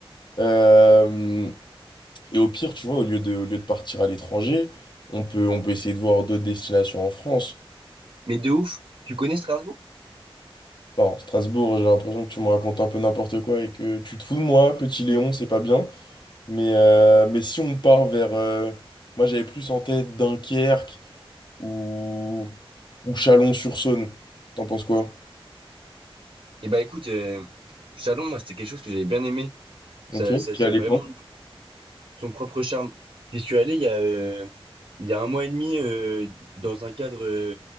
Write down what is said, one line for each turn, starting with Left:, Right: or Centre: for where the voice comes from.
Left: Euh, et au pire, tu vois, au lieu de, au lieu de partir à l'étranger, on peut, on peut essayer de voir d'autres destinations en France.
Right: Mais de ouf, tu connais Strasbourg?
Left: Non, Strasbourg, j'ai l'impression que tu me racontes un peu n'importe quoi et que tu te fous de moi, petit Léon, c'est pas bien. Mais, euh, mais si on part vers, euh, moi, j'avais plus en tête Dunkerque ou ou Chalon-sur-Saône. T'en penses quoi?
Right: Eh ben, écoute, euh, Chalon, moi, c'était quelque chose que j'avais bien aimé. Ça,
Left: Ok,
Right: ça,
Left: qui
Right: c'est
Left: allait
Right: vraiment
Left: quand?
Right: son propre charme. J'y suis allé il y a, euh, il y a un mois et demi euh, dans un cadre euh,